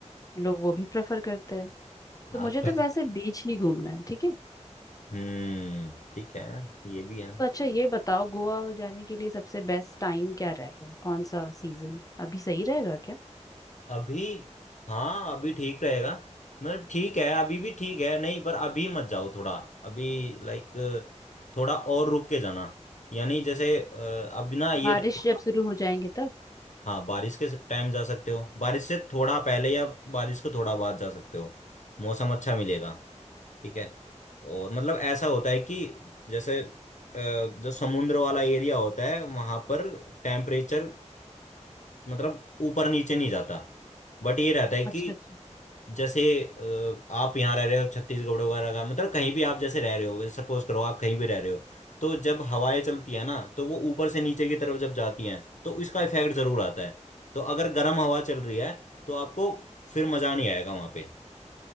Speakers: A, on the left (about 30°); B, on the left (about 75°).
A: लोग वो भी प्रेफर करते हैं
B: हाँ
A: तो मुझे
B: तो
A: तो वैसे बीच ही घूमना है ठीक है
B: हम्म ठीक है ये भी है
A: तो अच्छा ये बताओ गोवा जाने के लिए सबसे बेस्ट टाइम क्या रहेगा कौन सा सीजन अभी सही रहेगा क्या
B: अभी हाँ अभी ठीक रहेगा मतलब ठीक है अभी भी ठीक है नहीं पर अभी मत जाओ थोड़ा अभी लाइक थोड़ा और रुक के जाना यानी जैसे अ, अब ना ये
A: बारिश
B: देखो,
A: जब शुरू हो जाएंगे तब
B: हाँ बारिश के टाइम जा सकते हो बारिश से थोड़ा पहले या बारिश के थोड़ा बाद जा सकते हो मौसम अच्छा मिलेगा ठीक है और मतलब ऐसा होता है कि जैसे अ, जो समुद्र वाला एरिया होता है वहां पर टेम्परेचर मतलब ऊपर नीचे नहीं जाता बट ये रहता है कि
A: अच्छा अच्छा
B: जैसे अ, आप यहाँ रह रहे हो छत्तीसगढ़ वगैरह का मतलब कहीं भी आप जैसे रह रहे हो सपोज करो आप कहीं भी रह रहे हो तो जब हवाएं चलती है ना तो वो ऊपर से नीचे की तरफ जब जाती हैं तो इसका इफेक्ट जरूर आता है तो अगर गर्म हवा चल रही है तो आपको फिर मजा नहीं आएगा वहां पे